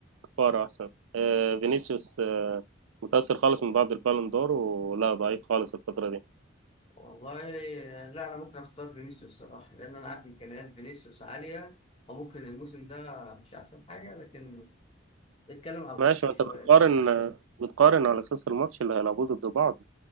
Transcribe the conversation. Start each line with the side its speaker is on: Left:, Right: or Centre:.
Right: كفارة أحسن آه فينيسيوس آه متأثر خالص من بعد البالون دور ولا ضعيف خالص الفترة دي
Left: والله لا انا ممكن اختار فينيسيوس الصراحه لان انا عارف امكانيات فينيسيوس عاليه او ممكن الموسم ده مش احسن حاجه لكن نتكلم على الاصل
Right: ماشي وأنت
Left: شويه
Right: بتقارن
Left: فاهم
Right: بتقارن على أساس الماتش اللي هيلعبوه ضد بعض